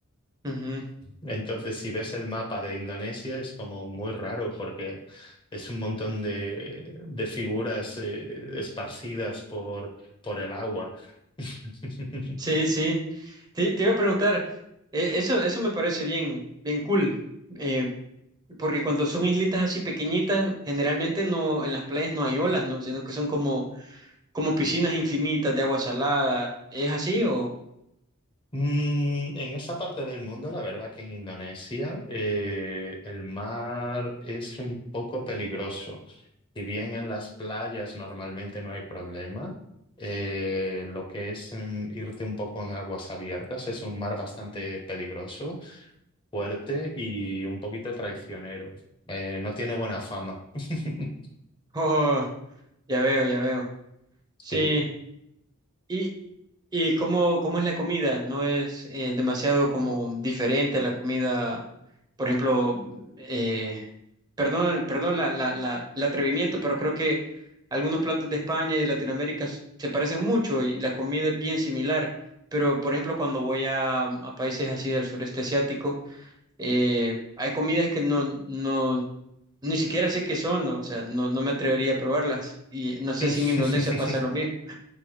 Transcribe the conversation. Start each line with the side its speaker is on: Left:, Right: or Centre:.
Right: Ujú.
Left: Entonces, si ves el mapa de Indonesia es como muy raro porque es un montón de, de figuras eh, esparcidas por, por el agua. <laughs>
Right: Sí, sí. Te, te iba a preguntar, eh, eso, eso me parece bien, bien cool, eh, porque cuando son islitas así pequeñitas, generalmente no, en las playas no hay olas, ¿no? Sino que son como, como piscinas infinitas de agua salada. ¿Es así o...?
Left: Mm, en esa parte del mundo, la verdad que en Indonesia eh, el mar es un poco peligroso. Si bien en las playas normalmente no hay problema, eh, lo que es mm, irte un poco en aguas abiertas es un mar bastante peligroso, fuerte y un poquito traicionero. Eh, no tiene buena fama. <laughs>
Right: Oh, ya veo, ya veo. Sí.
Left: Sí,
Right: ¿Y, y cómo, cómo es la comida? ¿No es eh, demasiado como diferente a la comida, por ejemplo, eh, perdón, perdón la, la, la, el atrevimiento, pero creo que algunos platos de España y de Latinoamérica s- se parecen mucho y la comida es bien similar. Pero, por ejemplo, cuando voy a, a países así del sureste asiático, eh, hay comidas que no, no, ni siquiera sé qué son, ¿no? o sea, no, no me atrevería a probarlas. Y no sé
Left: sí.
Right: si en Indonesia pasa
Left: <laughs>
Right: lo mismo.